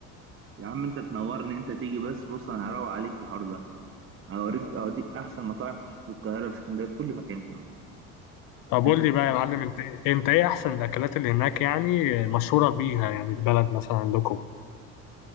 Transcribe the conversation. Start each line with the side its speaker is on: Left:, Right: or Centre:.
Right: يا عم انت تنورني انت تيجي بس بص انا هروق عليك في الحوار ده هوريك اوديك احسن مطاعم في القاهره في اسكندريه في كل مكان كمان
Left: طب
Right: انت
Left: قول لي بقى يا معلم انت إيه، انت ايه احسن الاكلات اللي هناك يعني مشهوره بيها يعني البلد مثلا عندكم